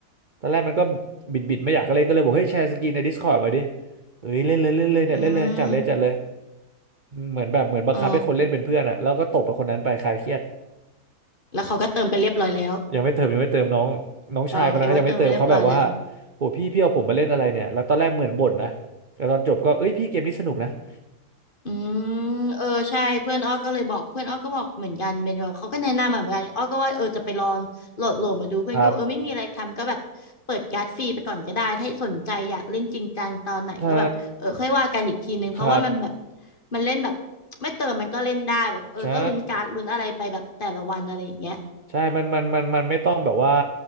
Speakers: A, on the right (about 40°); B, on the left (about 35°).
A: ตอนแรกมันก็บิดบิดไม่อยากเล่นก็เลยบอกเฮ้ยแชร์สกรีนใน Discord มาดิเฮ้ยเล่นเลยเล่นเลยเนี่ยเล่นเลยจัดเลยจัดเลย
B: อืม
A: เหมือนแบบเหมือนบังคับให้คนเล่นเป็นเพื่อนอะแล้วก็ตบไปคนนั้นไปคลายเครียด
B: อ๋อแล้วเขาก็เติมไปเรียบร้อยแล้ว
A: ยังไม่เติมยังไม่เติมน้องน้องชายคนนั้นเขายังไม่เติมเขาแบบว่า
B: อ๋อคิดว่าเติมไปเรียบร้อยแล้ว
A: โหพี่พี่เอาผมมาเล่นอะไรเนี่ยแล้วตอนแรกเหมือนบ่นนะแต่ตอนจบก็เอ้ยพี่เกมนี้สนุกนะ <laughs>
B: อืมเออใช่เพื่อนอ้อก็เลยบอกเพื่อนอ้อก็บอกเหมือนกันเป็นแบบเขาก็แนะนำมาเหมือนกันอ้อก็ว่าเออจะไปลองโหลดโหลดมาดูเพื่อนก็บอกเออไม่มีอะไรทำก็แบบเปิดการ์ดฟรีไปก่อนก็ได้ถ้าสนใจอยากเล่นจริงจังตอนไหนก็แบบเออค่อยว่ากันอีกทีนึงเพราะว่ามันแบบ
A: ครับใช่ครับ
B: มันเล่นแบบไม่เติมมันก็เล่นได้แบบเออก็ลุ้นการ์ดลุ้นอะไรไปแบบแต่ละวันอะไรอย่างเงี้ย
A: ใช่ ใช่มันมันมันมันไม่ต้องแบบว่า